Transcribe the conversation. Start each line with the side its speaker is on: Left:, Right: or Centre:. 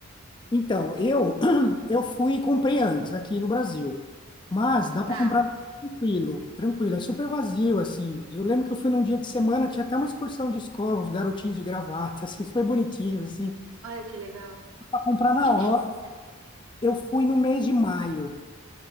Left: Então, eu <clears throat> eu fui e comprei antes aqui no Brasil, mas dá para
Right: Tá.
Left: comprar tranquilo, tranquilo, é super vazio assim. Eu lembro que eu fui num dia de semana, tinha até uma excursão de escola, uns garotinhos de gravata, <laughs> assim, super bonitinhos assim,
Right: Ai, que legal.
Left: para comprar na
Right: Que mês
Left: hora.
Right: que você foi?
Left: Eu fui no mês de maio,